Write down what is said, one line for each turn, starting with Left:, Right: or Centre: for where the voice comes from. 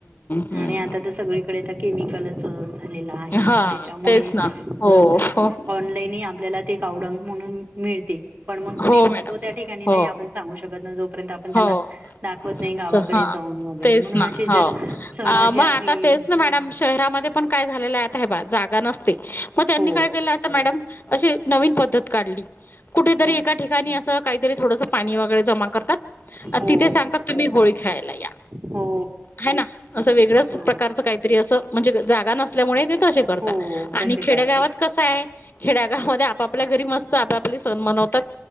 Left: हम्म
Right: आणि आता तर सगळीकडे आ केमिकलच त्याच्यामुळे
Left: हा तेच ना हो
Right: आ
Left: हो
Right: ऑनलाईन आपल्याला म्ह मिळते पण मग
Left: हो
Right: ते महत्व
Left: मॅडम.
Right: त्या ठिकाणी
Left: हो
Right: नाही आपण सांगू शकतो आप त्यांना
Left: हो
Right: दाखवत नाही गावाकडे
Left: च हा
Right: जाऊन वगैरे
Left: तेच
Right: म्हणून
Left: ना
Right: असे जर
Left: हो
Right: सण जे
Left: मग
Right: आहे
Left: आता तेच ना मॅडम शहरामध्ये पण काय झालेलं आता हे ब जागा नसत मग त्यांनी
Right: हो
Left: काय केलं आता मॅडम अशी नवीन पद्धत काढली कुठेतरी
Right: हो
Left: एका ठिकाणी असं काहीतरी थोडस पाणी वगैरे जमा करतात अ
Right: हो
Left: तिथे सांगतात तुम्ही होळी खेळायला या
Right: हो
Left: ह ना असं वेगळ्याच
Right: हो
Left: प्रकारचं काही तरी असं म्हणजे जागा नसल्यामुळे ते तसे करतात
Right: हो तसे
Left: आणि खेड्यागावात
Right: करतात
Left: कस आहे खिड्यागाव मध्ये आपापल्या घरी मस्त आपापले सण मनवतात